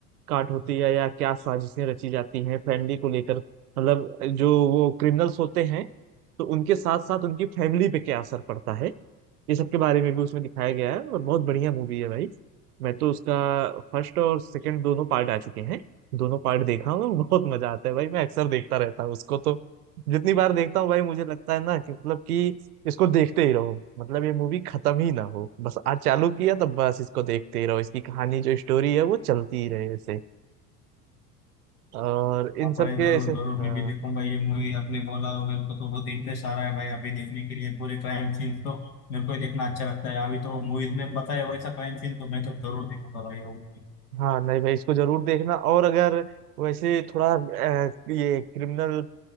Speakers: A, on the right; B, on the left.
A: काट होती है या क्या साजिशें रची जाती हैं फैमिली को लेकर मतलब जो वो क्रिमिनल्स होते हैं तो उनके साथ साथ उनकी फैमिली पे क्या असर पड़ता है ये सब के बारे में भी उसमें दिखाया गया है और बहुत बढ़िया मूवी है भाई मैं तो उसका फर्स्ट और सेकंड दोनों पार्ट आ चुके हैं दोनों पार्ट देखा हूँ बहुत मजा आता है भाई मैं अक्सर देखता रहता हूँ उसको तो जितनी बार देखता हूँ भाई मुझे लगता है ना कि मतलब कि इसको देखते ही रहो मतलब ये मूवी खत्म ही ना हो बस आज चालू किया तब बस इसको देखते ही रहो इसकी कहानी जो स्टोरी है वो चलती ही रहे ऐसे और इन
B: हाँ
A: सब
B: भाई
A: के
B: जरूर
A: ऐसे
B: जरूर
A: हाँ
B: मैं भी देखूंगा ये मूवी आपने बोला और मेरे को तो बहुत इंटरेस्ट आ रहा है भाई अभी देखने के लिए पूरे क्राइम सीन्स तो मेरे को ही देखना अच्छा लगता है अभी तो मूवीज में बताया वैसा क्राइम सीन तो मैं तो जरूर देखूंगा भाई वो मूवी
A: हाँ नहीं भाई इसको जरूर देखना और अगर वैसे थोड़ा अ, ये क्रिमिनल